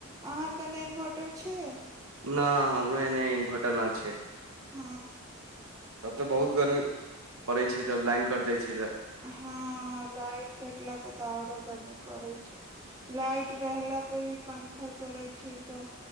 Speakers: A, on the right (about 15°); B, on the right (about 75°).
A: अहाँके ने इन्वर्टर छै
B: ना हमरो एने इन्भर्टर ना छै
A: ह
B: तब तऽ बहुत गर्मी पड़ै छै जब लाइन कट जाइ छै तऽ
A: ह लाइट कटला पर तऽ आरो गर्मी पड़ै छै लाइट रहला रहला पे भी पंखा चलै छै तऽ